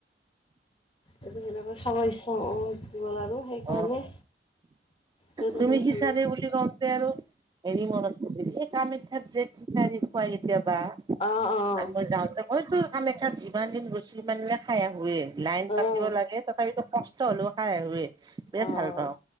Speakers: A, on the left; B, on the right.
A: আজি সেনেকৈ খাব ইচ্ছা গ'ল আৰু, সেইকাৰণে-
B: অ
A: তেনেকৈ
B: তুমি কি
A: খালোঁ
B: চাবি বুলি কওঁ- দে আৰু এনেই মনত পৰিল, এই কাম এটাত জেদ বিচাৰি খোৱাই কেতিয়াবা।
A: অঁ অঁ
B: আকৌ যাওঁতে কৈছো, কাম এটা যিমান দিন গৈছো সিমান দিনে খাই আহোঁয়ে। লাইন
A: অঁ
B: পাতিব লাগে, তথাপিতো কষ্ট হলেও খাই আহোয়ে বিৰাট
A: অঁ
B: ভালপাওঁ।